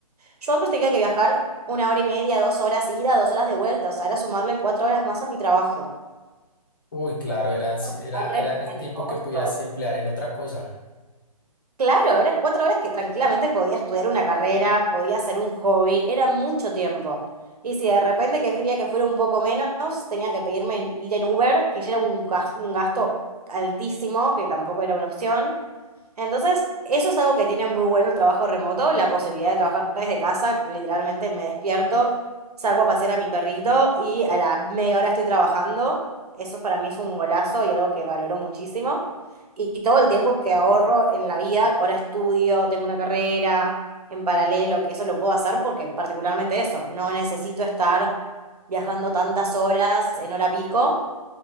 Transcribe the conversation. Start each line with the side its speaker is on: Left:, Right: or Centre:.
Right: Yo antes tenía que viajar una hora y media, dos horas ida, dos horas de vuelta, o sea, era sumarle cuatro horas más a mi trabajo.
Left: Uy, claro, era, si,
Right: Sumarle
Left: era, era el tiempo
Right: el costo.
Left: que podías emplear en otra cosa.
Right: Claro, eran cuatro horas que tranquilamente podía estudiar una carrera, podía hacer un hobby, era mucho tiempo. Y si de repente quería que fuera un poco menos, tenía que pedirme en- ir en Uber, que ya era un gas- un gasto altísimo, que tampoco era una opción. Entonces, eso es algo que tiene muy bueno el trabajo remoto, la posibilidad de trabajar desde casa. Literalmente me despierto, salgo a pasear a mi perrito y a la media hora estoy trabajando. Eso para mí es un golazo y algo que valoro muchísimo. Y, y todo el tiempo que ahorro en la vida, ahora estudio, tengo una carrera en paralelo, que eso lo puedo hacer porque particularmente eso, no necesito estar viajando tantas horas en hora pico.